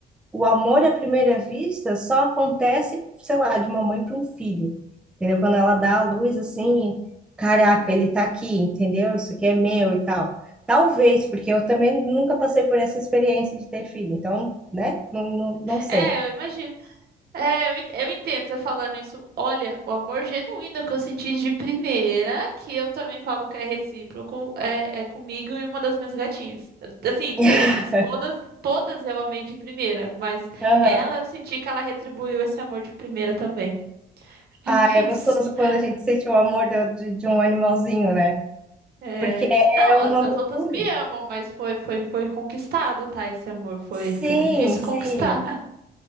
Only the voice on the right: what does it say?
É, eu imagino. É, eu en- eu entendo você falando isso. Olha, o amor genuíno que eu senti de primeira, que eu também falo que é recíproco, é, é comigo e uma das minhas gatinhas. Assim,
todas, todas, todas eu amei de primeira, mas
ela eu senti que ela retribuiu esse amor de primeira também.
<laughs>
É,
não,
a-
as outras
me amam, mas foi, foi, foi conquistado, tá? Esse amor foi,
foi difícil
conquistar.